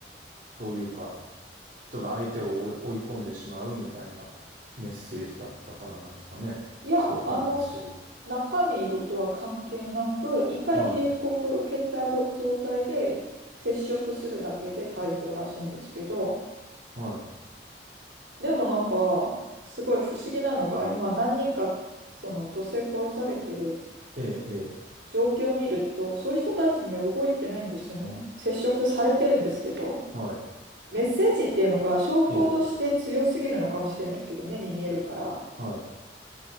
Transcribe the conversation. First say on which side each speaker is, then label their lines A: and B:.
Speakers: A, on the right (about 50°); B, on the right (about 75°).
A: というか、ちょっと相手を追い追い込んでしまうみたいなメッセージだったからなんですかね。
B: いや、
A: ちょっとわかんないですけど。
B: あの、中身とは関係なく、一回警告受けた状態で接触するだけで逮捕らしいんですけど、
A: はい。はい。
B: でもなんか、すごい不思議なのが、今何人か、その女性殺されてる
A: ええ、ええ、
B: 状況を見ると、そういう人たちには動いてないんですよね。接触されてるんですけど、
A: はい。
B: メッセージっていうのが証拠として強すぎるのかもしれないですけど、
A: ええ、
B: 目に見えるから。
A: はい。